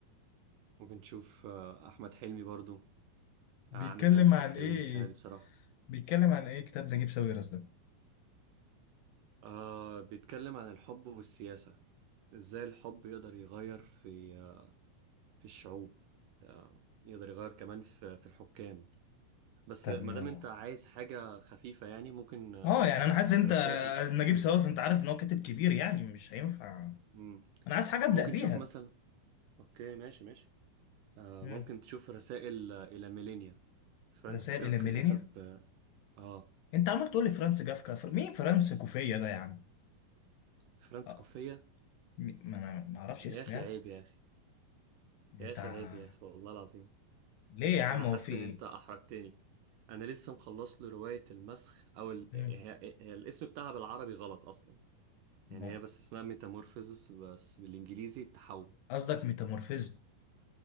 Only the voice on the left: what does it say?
بيتكلم
عن
ايه
بيتكلم عن ايه كتاب نجيب ساويرس ده
طب
ما
اه يعني انا حاسس انت
نجيب ساويرس انت عارف ان هو كاتب كبير يعني مش هينفع
انا عايز حاجه ابدا
بيها
امم
رسائل
الى ميلينيا
انت عمال تقول لي فرانس جافكا فر... مين فرانس كوفيه ده يا عم
اه
م- ما انا ما اعرفش اسمه
يعني
انت
ع-
ليه يا عم
هو في ايه
مم.
ما-
قصدك ميتامورفيزم